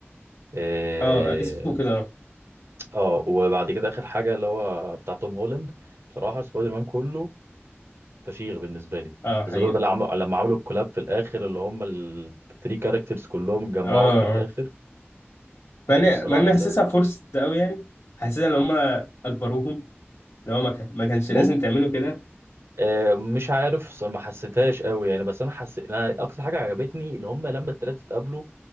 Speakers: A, on the right; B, on the left.
A: اه
B: اه اسمه كده اه
A: آه، وبعد كده اخر حاجه اللي هو بتاع توم هولاند بصراحه سبايدر مان كله فشيخ بالنسبه لي
B: آه،
A: بالذات
B: حقيقه
A: بقى لما لما عملوا الكولاب في الاخر اللي هم الثري كاركترز كلهم اتجمعوا
B: اه
A: في الاخر
B: اه مع
A: كانت
B: اني
A: الصراحه
B: مع اني
A: جامده
B: حاسسها
A: قوي
B: فرصه قوي يعني حاسسها ان هم اجبروهم لو ما كان ما كانش
A: ممكن
B: لازم تعملوا كده
A: آه مش عارف ص- ما حسيتهاش قوي يعني بس انا حسيت انا اكتر حاجه عجبتني اللي هم لما الثلاثه اتقابلوا